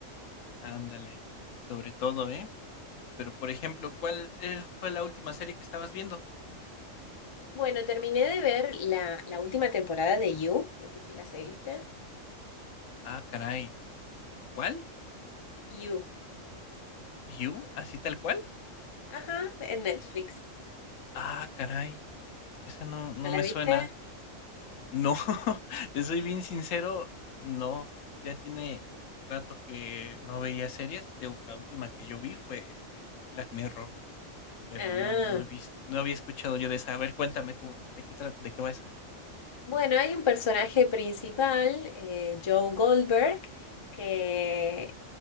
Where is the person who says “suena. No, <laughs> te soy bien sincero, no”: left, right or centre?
Left